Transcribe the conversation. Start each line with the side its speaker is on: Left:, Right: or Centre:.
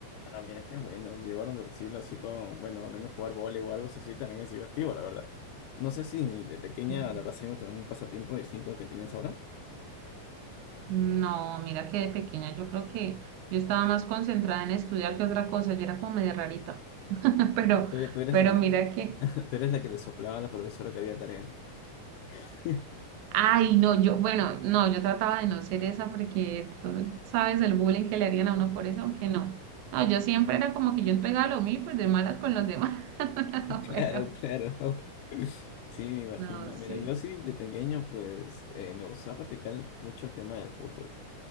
Left: Ah, mira qué bueno, llevaron de estilo así con, bueno, al menos jugar vóley o algo así también es divertido, la verdad. No sé si de pequeña
Right: Y
Left: te habrás tenido también un pasatiempo distinto al que tienes ahora.
Right: no, mira que de pequeña yo creo que yo estaba más concentrada en estudiar que otra cosa. Yo era como medio rarita, <laughs> pero,
Left: Ah, Tú eres, tú eres
Right: pero
Left: la,
Right: mira que...
Left: <laughs> tú eres la que le soplaba a la profesora que había tarea. <laughs>
Right: Ay, no, yo, bueno, no, yo trataba de no ser esa porque tú sabes el bullying que le harían a uno por eso, aunque no. No, yo siempre era como que yo entregaba lo mío, y, pues de malas con los demás. <laughs>
Left: Claro,
Right: Pero,
Left: claro. <laughs> Sí, me imagino.
Right: no, sí.
Left: Mira, yo sí de pequeño pues eh, me gustaba practicar mucho el tema del fútbol.